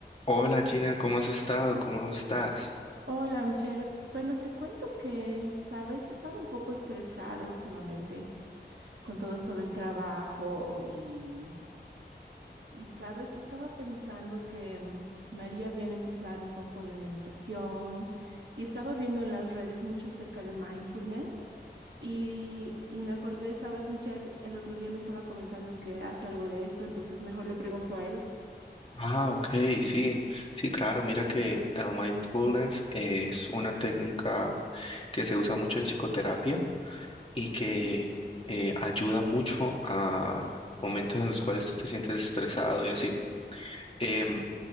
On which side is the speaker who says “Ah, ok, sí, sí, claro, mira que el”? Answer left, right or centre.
Left